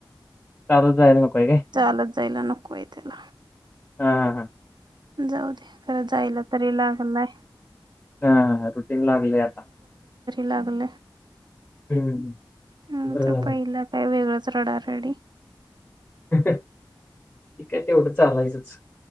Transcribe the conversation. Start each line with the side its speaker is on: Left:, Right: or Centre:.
Left: चालत जायला नको. आहे काय?
Right: चालत जायला नको आहे त्याला,
Left: हा हा हा.
Right: जाऊ दे खरं जायला तरी लागलाय.
Left: हा रुटीन लागले आता,
Right: लागले.
Left: हं,
Right: हम
Left: बरं
Right: तर
Left: झालं.
Right: पहिलं काय वेगळच रडा रडी
Left: ठीक आहे. तेवढं चालायचंच.